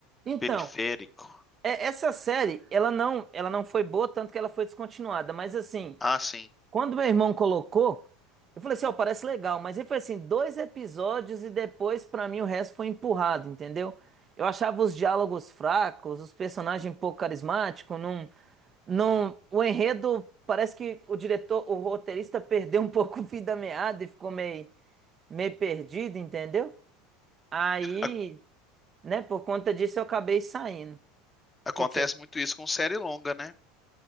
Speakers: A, on the right (about 30°); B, on the left (about 20°).
A: Então,
B: Periférico.
A: É, essa série, ela não, ela não foi boa, tanto que ela foi descontinuada. Mas assim,
B: Ah, sim.
A: quando meu irmão colocou, eu falei assim, ó, parece legal. Mas ele foi assim, dois episódios e depois, pra mim, o resto foi empurrado, entendeu? Eu achava os diálogos fracos, os personagens um pouco carismáticos, não, não, o enredo parece que o diretor, o roteirista perdeu um <laughs> pouco o fio da meada e ficou meio, meio perdido, entendeu? Aí,
B: A-
A: né, por conta disso eu acabei saindo. O
B: acontece
A: que que você
B: muito isso com série longa, né?